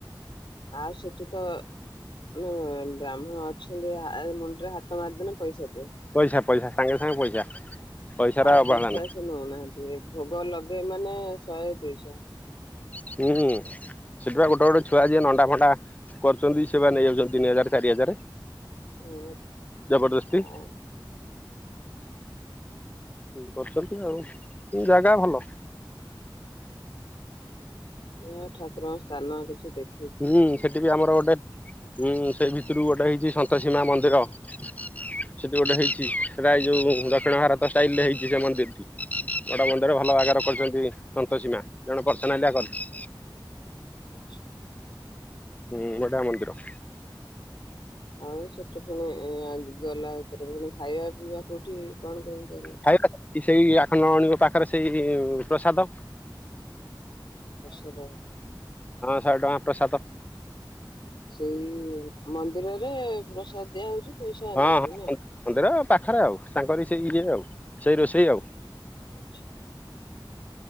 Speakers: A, on the left; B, on the left.
A: ଆଉ ସେଠି ତ ବ୍ରାହ୍ମଣ ଅଛନ୍ତି ମୁଣ୍ଡରେ ହାତ ମାରିଦେଲେ ପଇସା ଦିଅ,
B: ପଇସା ପଇସା ସାଙ୍ଗେ ସାଙ୍ଗେ ପଇସା ପଇସାର
A: ଆଉ
B: ଅବହେଳା
A: ପଚାଶ
B: ନାହିଁ।
A: ନଉନାହାନ୍ତି। ଏବ ଭୋଗ ଲଗେ ମାନେ ଶହେ ଦୁଇ ଆଛା।
B: ହୁଁ ସେଥିପାଇଁ ଗୋଟେ ଗୋଟେ ଛୁଆ ଯିଏ ନଣ୍ଡା ଫଣ୍ଡା କରୁଛନ୍ତି ସେମାନେ ନେଇ ଯାଉଛନ୍ତି ତିନି ହଜାର ଚାରି ହଜାର।
A: ଏ
B: ଜବରଦସ୍ତି
A: ଆ <inaudible>
B: ତି କରିଛନ୍ତି ଆଉ ଜାଗା ଭଲ
A: ଯ ଠାକୁରଙ୍କ ସ୍ଥାନ କିଛି ଦେଖ
B: ହୁଁ ସେଠି ବି ଆମର ଗୋଟେ ହୁଁ ସେଇ ଭିତରୁ ଗୋଟେ ହେଇଛି ସନ୍ତସୀମା ମନ୍ଦିର। ସେଠି ଗୋଟେ ହେଇଛି ସେଇଟା ଏଇ ଯୋଉ ଦକ୍ଷିଣ ଭାରତ ଷ୍ଟାଇଲ ରେ ହେଇଛି। ସେ ମନ୍ଦିରଟି ଗୋଟେ ମନ୍ଦିର ଭଲ ଆଗର କରୁଛନ୍ତି ସନ୍ତସୀମା ଜଣେ ପର୍ସ ନାଲିଆ କରିଛି।
A: <inaudible>
B: ହୁଁ ବଡ଼ା ମନ୍ଦିର।
A: ଆଉ ସେଠୁ ପୁଣି ଗଲା ଭିତରେ ପୁଣି ଖାଇବା ପିଇବା କୋଉଠି କଣ କେମିତି ହେଲା
B: ଖାଇବା ସେଇ ଆଖଣ୍ଡଳ ମଣି ଙ୍କ ପାଖରେ ସେଇ ପ୍ରସାଦ
A: ପ୍ରସାଦ
B: ଶହେଟଙ୍କା ପ୍ରସାଦ।
A: ସେଇ ମନ୍ଦିରରେ ପ୍ରସାଦ ଦିଆ ହଉଛି। ପଇସା
B: ହଁ
A: ନେଇକି
B: ହଁ
A: ନା।
B: ମନ୍ଦିର ପାଖରେ ଆଉ। ତାଙ୍କରି ସେଇ ଇଏ ଆଉ। ସେଇ ରୋଷେଇ ଆଉ
A: ଆଛା।